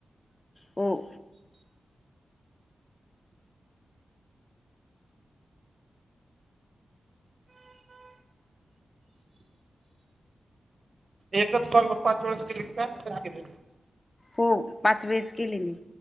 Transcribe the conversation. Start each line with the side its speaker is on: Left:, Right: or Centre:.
Left: हो
Right: एकच कॉल पाच वेळेस केली कास केली?
Left: हो पाच वेळेस केले मी